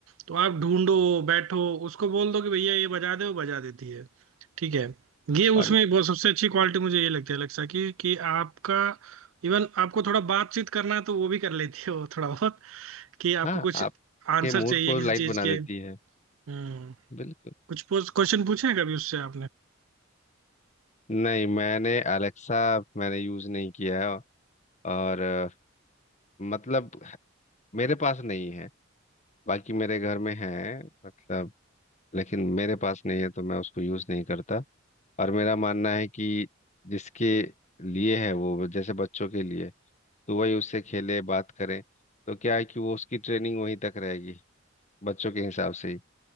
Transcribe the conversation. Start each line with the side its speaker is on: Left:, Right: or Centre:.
Right: तो आप ढूंढो बैठो उसको बोल दो कि भैया ये बजा दे वो बजा देती है ठीक है ये
Left: और
Right: उसमें बहुत सबसे अच्छी क्वालिटी मुझे ये लगती है एलेक्सा की कि आपका इवन आपको थोड़ा बातचीत करना है तो वो भी कर लेती है वो थोड़ा बहुत कि आपको
Left: हाँ
Right: कुछ
Left: आपके
Right: आंसर
Left: मूड
Right: चाहिए
Left: को
Right: किसी
Left: लाइट
Right: चीज
Left: बना
Right: के
Left: देती है
Right: हम्म
Left: बिल्कुल
Right: कुछ क्वेश्चन पूछे हैं कभी उससे आपने
Left: नहीं मैंने अलेक्सा मैंने यूज़ नहीं किया है और अ, मतलब मेरे पास नहीं है बाकी मेरे घर में है मतलब लेकिन मेरे पास नहीं है तो मैं उसको यूज़ नहीं करता और मेरा मानना है कि जिसके लिए है वो जैसे बच्चों के लिए तो वही उससे खेले बात करें तो क्या है कि वो उसकी ट्रेनिंग वहीं तक रहेगी बच्चों के हिसाब से ही